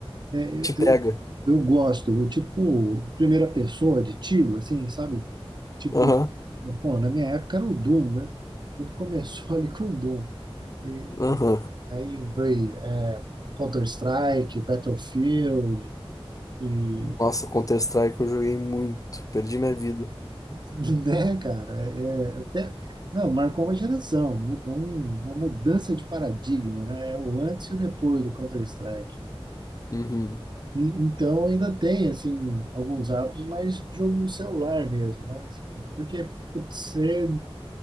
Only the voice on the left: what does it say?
Te pega.
Aham,
aham.
Nossa, Counter-Strike eu joguei muito, perdi minha vida.
Uhum.